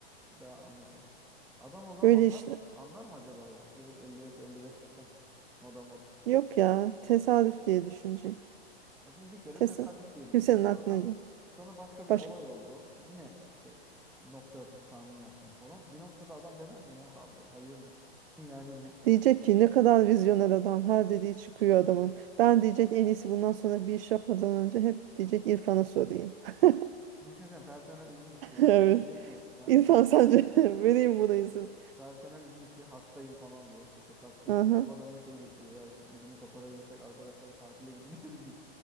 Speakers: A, in the centre; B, on the right.
A: Bir daha anlaşılır. Adam o zaman
B: Böyle
A: anlar
B: işler.
A: anlar mı acaba ya? Direkt 55-55 desen moda mod.
B: Yok ya tesadüf diye düşünecek.
A: E şimdi bir kere
B: Tesadüf.
A: tesadüf diye düşündüm.
B: Kimsenin aklına
A: Sonra
B: gel.
A: sonra başka bir
B: Başka.
A: olay oldu. Yine işte nokta atışı tahmin yaptım falan. Bir noktada adam demez mi ya? Ha, bu- hayırdır. <laughs> Yani bu.
B: Diyecek ki ne kadar vizyoner adam. Her dediği çıkıyor adamın. Ben diyecek en iyisi bundan sonra bir iş yapmadan önce hep diyecek İrfan'a sorayım. <laughs>
A: Şimdi düşünsen personel izin istiyor senden.
B: Evet.
A: Diyor ki ya
B: İrfan
A: işte
B: sence <laughs> vereyim buna izin.
A: personel izin istiyor. Hastayım falan diyor. İşte çok hastayım.
B: Aha,
A: Kafadan da şey geçiyor. Ya işte izini koparabilirsek arkadaşlarla tatile gideceğiz <laughs> diyor.